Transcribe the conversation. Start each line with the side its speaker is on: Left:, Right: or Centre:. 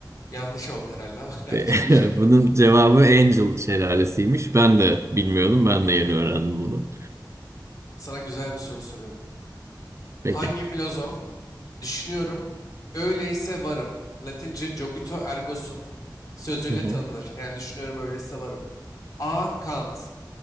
Left: Yanlış oldu herhalde ama <laughs> yapacak
Right: Ve <laughs>
Left: bir şey yok.
Right: Bunun cevabı Angel şelalesiymiş. Ben de bilmiyordum. Ben de yeni öğrendim bunu.
Left: Sana güzel bir soru soruyorum.
Right: Peki.
Left: Hangi filozof? Düşünüyorum. Öyleyse varım. Latince cogito ergo sum sözüyle
Right: Hı hı.
Left: tanınır. Yani düşünüyorum öyleyse varım. A. Kant.